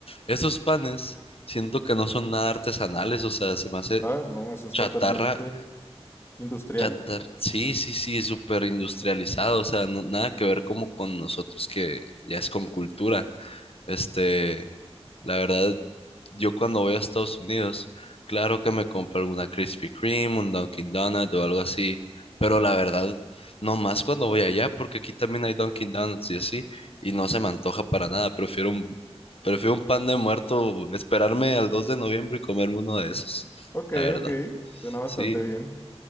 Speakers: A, on the left (about 60°); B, on the left (about 20°).
A: esos panes siento que no son nada artesanales, o sea, se me hace
B: Ah, no, eso es
A: chatarra,
B: totalmente industrial.
A: chatarra, sí, sí, sí, súper industrializado, o sea, no- nada que ver como con nosotros que ya es con cultura, este, la verdad, yo cuando voy a Estados Unidos, claro que me compro alguna Krispy Kreme, un Dunkin' Donut o algo así, pero la verdad, no más cuando voy allá, porque aquí también hay Dunkin' Donuts y así, y no se me antoja para nada, prefiero un, prefiero un pan de muerto, esperarme al 2 de noviembre y comerme uno de esos,
B: Ok,
A: la verdad.
B: ok, suena bastante
A: Sí,
B: bien.